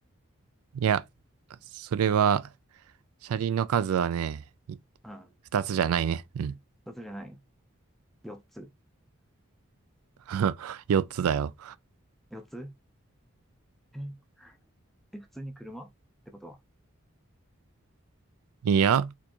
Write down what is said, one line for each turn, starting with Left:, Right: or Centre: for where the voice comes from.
Right: いや、それは、車輪の数はね、い
Centre: うん。
Right: 二つじゃないね。うん。
Centre: 2つじゃない。4つ。
Right: <laughs> 四つだよ。
Centre: 4つえ、え、普通に車ってことは。
Right: いや、